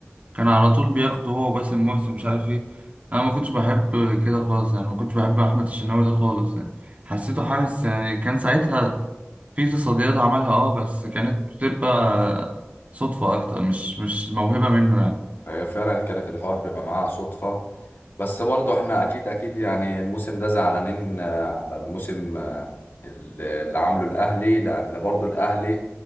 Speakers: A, on the right; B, on the left.
A: كان على طول بياخده هو وباسم مرسي ومش عارف ايه انا ما كنتش بحب كده خالص يعني ما كنتش بحب احمد الشناوي ده خالص يعني حسيته حارس يعني كان ساعتها في تصديات عملها اه بس كانت بتبقى صدفة أكتر مش مش موهبة منه يعني
B: هي فعلا كانت الحوار بيبقى معاها صدفة بس برضو احنا اكيد اكيد يعني الموسم ده زعلانين آه، على الموسم آه، اللي اللي عامله الاهلي لان برضو الاهلي